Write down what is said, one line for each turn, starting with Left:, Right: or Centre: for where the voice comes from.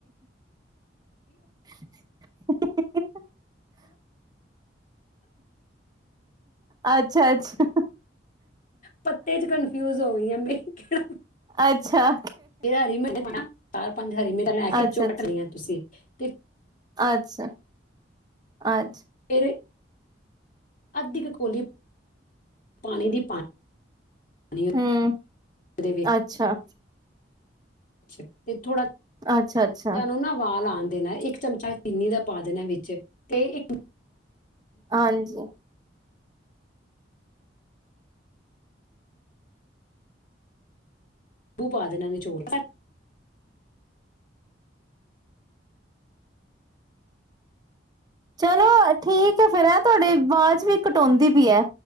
Right: ਹੂਹੂਹੂ-ਹਾ ਅੱਛਾ-ਅੱਛਾ।
Left: ਪੱਤੇ ਚ ਕਨਫਿਊਜ ਹੋ ਗਈ ਆ, ਮੈਂ ਕਿਹਾ
Right: ਅੱਛਾ
Left: ਹਰੀ ਮਿਰਚਾਂ ਚਾਰ ਪੰਜ ਹਰੀ ਮਿਰਚਾਂ ਲੈ ਕੇ
Right: ਅੱਛਾ
Left: ਕੁੱਟ
Right: ਅੱਛਾ
Left: ਲਈਆਂ ਤੁਸੀਂ ਤੇ
Right: ਅੱਛਾ! ਅੱਛਾ!
Left: ਫੇਰ ਅੱਧੀ ਕੁ ਕੋਲੀ, ਪਾਣੀ ਦੀ ਪਾਣੀ
Right: ਹਮ
Left: ਦੇ ਵਿੱਚ
Right: ਅੱਛਾ
Left: ਅੱਛਾ! ਤੇ ਥੋੜਾ ਜਿਹਾ
Right: ਅੱਛਾ ਅੱਛਾ
Left: ਉਹਨਾਂ ਨੂੰ ਨਾ ਉਬਾਲ ਆਣ ਦੇ, ਦੇਣਾ ਇੱਕ ਚਮਚਾ, ਚਿੰਨੀ ਦਾ ਪਾ ਦੇਣਾ ਵਿੱਚ ਤੇ ਇੱਕ,
Right: ਹਾਂਜੀ
Left: ਉਹ ਪਾ ਦੇਣਾ ਨਿਚੋੜ ਵਿੱਚ
Right: ਚਲੋ ਠੀਕ ਹੈ, ਫੇਰ ਆ ਤੁਹਾਡੀੇ ਆਵਾਜ਼ ਵੀ ਕਟਾਉਂਦੀ ਪਈ ਏ